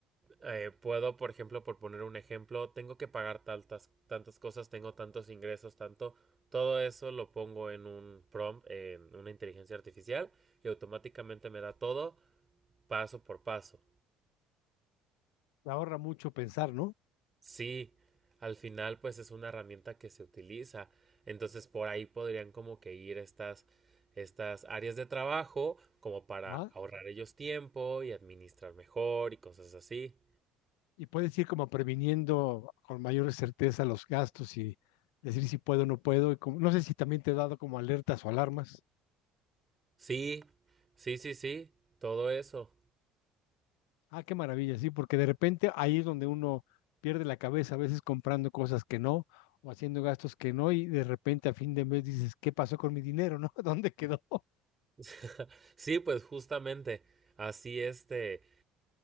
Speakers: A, on the right (about 30°); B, on the left (about 80°).
A: eh, puedo, por ejemplo, por poner un ejemplo, tengo que pagar tantas, tantas cosas, tengo tantos ingresos, tanto, todo eso lo pongo en un prompt, en una inteligencia artificial y automáticamente me da todo paso por paso.
B: Te ahorra mucho pensar, ¿no?
A: Sí, al final pues es una herramienta que se utiliza, entonces por ahí podrían como que ir estas, estas áreas de trabajo como para
B: Ajá.
A: ahorrar ellos tiempo y administrar mejor y cosas así.
B: Y puedes ir como previniendo con mayor certeza los gastos y decir si puedo o no puedo. Y como- no sé si también te he dado como alertas o alarmas.
A: Sí, sí, sí, sí, todo eso.
B: Ah, qué maravilla, sí, porque de repente ahí es donde uno pierde la cabeza, a veces comprando cosas que no o haciendo gastos que no y de repente a fin de mes dices, ¿qué pasó con mi dinero, no? <laughs> ¿Dónde quedó?
A: <laughs> Sí, pues justamente, así este,